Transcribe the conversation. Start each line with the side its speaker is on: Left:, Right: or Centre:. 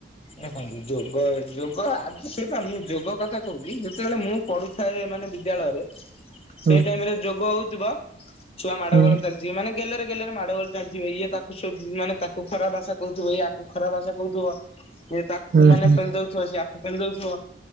Left: ଦେଖନ୍ତୁ ଯୋଗ ଯୋଗ ଆଜି ସେଟା ମୁଁ ଯୋଗ କଥା କହୁଛି ଯେତେବେଳେ ମୁଁ। ପଢୁଥାଏ ମାନେ ବିଦ୍ୟାଳୟରେ
Right: ହୁଁ
Left: ସେଇ ଟାଇମ ରେ ଯୋଗ ହଉଥିବା ଛୁଆ ମାଡ
Right: ହୁଁ
Left: ଗୋଳ ଚାଲି ଜିଏ ମାନେ ଗେଲରେ ଗେଲରେ ମାଡ ଗୋଳ ଚାଲିଥିବ ଇଏ ତାକୁ ସବୁ ଶୋ ମାନେ ତାକୁ ଖରାପ ଭାଷା କହୁଥିବ ଇଏ ୟାକୁ ଖରାପ ଭାଷା କହୁଥିବ। ସିଏ ତାକୁ
Right: ହୁଁ
Left: ମାନେ
Right: ହୁଁ
Left: ପେଲି ଦଉଥିଵ ସିଏ ଆକ ସିଏ ପେଲି ଦଉଥିବ